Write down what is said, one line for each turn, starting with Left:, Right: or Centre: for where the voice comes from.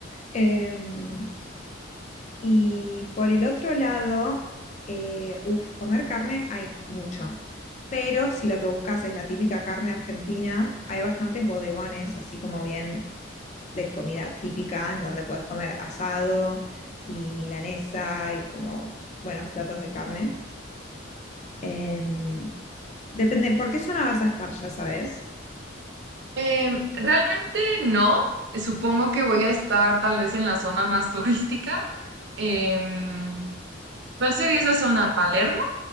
Left: Em, Y por el otro lado, eh, uf, comer carne hay mucho. Pero si lo que buscas es la típica carne argentina, hay bastantes bodegones, así como bien de comida típica, en donde puedes comer asado y milanesa y como buenos platos de carne. Em, depende, ¿por qué zona vas a estar, ya sabes?
Right: Em, realmente no. Supongo que voy a estar tal vez en la zona más <laughs> turística. Em, ¿cuál sería esa zona? ¿Palermo?